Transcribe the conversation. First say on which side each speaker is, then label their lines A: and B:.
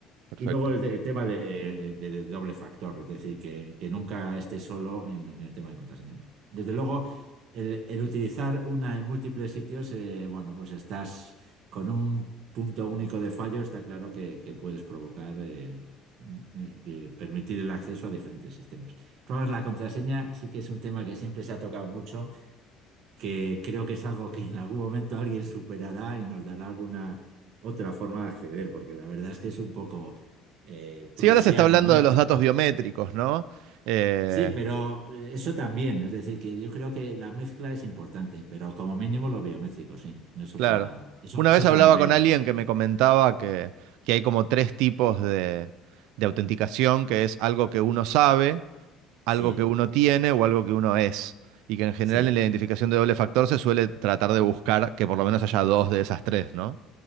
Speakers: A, on the right (about 80°); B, on the right (about 60°).
A: perfecto.
B: Y luego el, de- el tema de, de- de doble factor, es decir, que, que nunca esté solo en, en el tema de contraseña. Desde luego, el, el utilizar una en múltiples sitios, eh, bueno, pues estás con un punto único de fallo, está claro que, que puedes provocar, eh, eh, que permitir el acceso a diferentes sistemas. Probar la contraseña sí que es un tema que siempre se ha tocado mucho que creo que es algo que en algún momento alguien superará y nos dará alguna otra forma de acceder, porque la verdad es que es un poco eh,
A: Sí,
B: prusiano,
A: ahora se está hablando
B: ¿no?
A: de
B: El-
A: los datos biométricos, ¿no? Eh,
B: Sí, pero eh, eso también, es decir, que yo creo que la mezcla es importante, pero como mínimo lo biométrico, sí, es otra,
A: claro.
B: eso
A: Una
B: es
A: vez
B: otro
A: hablaba
B: nivel.
A: con alguien que me comentaba que, que hay como tres tipos de, de autenticación, que es algo que uno sabe, algo
B: Sí,
A: que uno tiene o algo que uno es. Y que en general
B: sí,
A: en la identificación de doble factor se suele tratar de buscar que por lo menos haya dos de esas tres, ¿no?